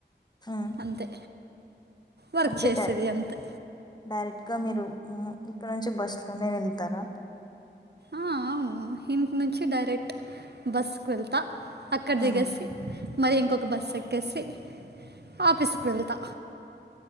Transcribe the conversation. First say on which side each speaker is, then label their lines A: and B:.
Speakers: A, on the left (about 20°); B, on the right (about 60°).
A: ఉమ్
B: అంతే వర్క్
A: అంటే
B: చేసేది అంతే
A: డైరెక్ట్ ఇంకా మీరు ఇక్కడ నుంచి బస్లోనే వెళ్తారా
B: ఆ అవును ఇంటి నుంచి డైరెక్ట్ బస్కు వెళ్తా అక్కడ దిగేసి
A: ఉమ్
B: మరి ఇంకొక బస్సు ఎక్కేసి ఆఫీస్కి వెళ్తా